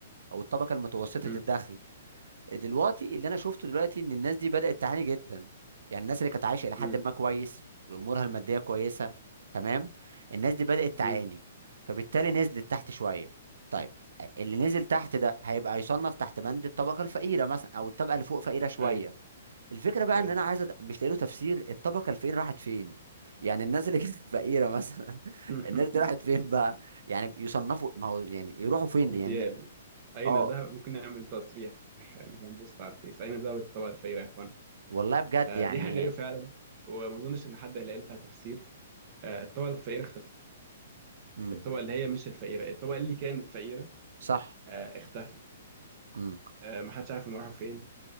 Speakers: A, on the right (about 90°); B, on the right (about 30°).
A: او الطبقه المتوسطه
B: امم
A: الدخل دلوقتي اللي انا شفته دلوقتي ان الناس دي بدأت تعاني جدا يعني الناس اللي كانت عايشة الى حد
B: امم
A: ما كويس وامورها المادية كويسة تمام الناس دي بدأت تعاني
B: امم
A: فبالتالي نزلت تحت شوية طيب اللي نزل تحت ده هيبقى يصنف تحت بند الطبقة الفقيرة مثلا او الطبقة اللي فوق فقيرة شوية
B: ايوه
A: الفكرة بقى
B: ايوه
A: ان انا عايز أد... مش لاقي له تفسير الطبقة الفقيرة راحت فين يعني الناس اللي كانت <laughs> فقيرة مثلا <laughs>
B: <laughs>
A: الناس دي راحت فين بقى يعني يصنفوا ما هو يعني يروحوا فين
B: اغتيال
A: دي يعني
B: اين
A: اه
B: ذهب ممكن نعمل تصريح يعني هنبوست على الفيس اين ذهبت الطبقة الفقيرة يا اخوان
A: والله بجد
B: آه،
A: يعني
B: دي حاجة غريبة فعلا وما اظنش ان حد هيلاقي لها تفسير آه، الطبقة الفقيرة اختفت
A: مم.
B: الطبقة اللي هي مش الفقيرة الطبقة اللي كانت فقيرة
A: صح
B: آه، اختفت
A: امم
B: آه، محدش عارف هم راحوا فين